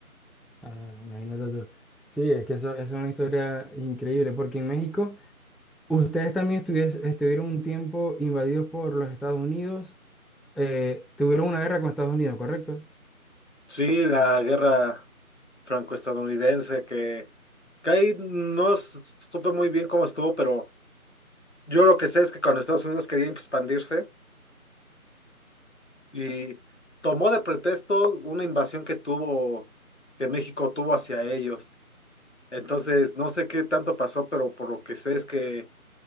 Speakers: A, in the centre; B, on the left (about 55°).
A: Ah, imagínate tú. Sí, es que eso, eso es una historia increíble, porque en México ustedes también estuvies- estuvieron un tiempo invadidos por los Estados Unidos, eh, tuvieron una guerra con Estados Unidos, ¿correcto?
B: Sí, la guerra franco-estadounidense que, que ahí no s- supe muy bien cómo estuvo, pero yo lo que sé es que cuando Estados Unidos quería expandirse, y tomó de pretexto una invasión que tuvo, que México tuvo hacia ellos. Entonces, no sé qué tanto pasó, pero por lo que sé es que